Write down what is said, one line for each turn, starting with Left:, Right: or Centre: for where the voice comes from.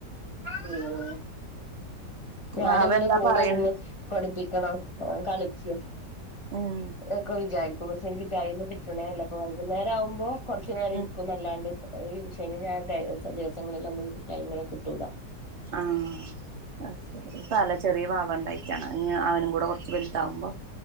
Left: മ് ഞാന്
Right: വാവ
Left: ഇവരെ
Right: എന്താ
Left: കൂടെ
Right: പറയണ
Left: ഇരുന്ന് പഠിപ്പിക്കണം കളി ജെസ്
Right: ഉം
Left: ങ്ങനൊക്കെ വിചാരിക്കുണു എനിക്ക് കൈയ്യിമേ കിട്ടണേല്ല അപ്പ വൈകുന്നേരം ആവുമ്പോ കൊറച്ചു നേരം
Right: ഉം
Left: ഇരിക്കുന്നല്ലാണ്ട് പണിയിണ്ട് ശനി ഞാൻ ദേവസ ദിവസങ്ങളിൽ ഒന്നും എനിക്ക് ടൈമേ കിട്ടൂല
Right: ആ അയ്ശരി തല ചെറിയ വാവണ്ടായിട്ടാണ് ഞ്ഞി അവനും കൂടെ കൊറച്ച് വെലുതാവുമ്പോ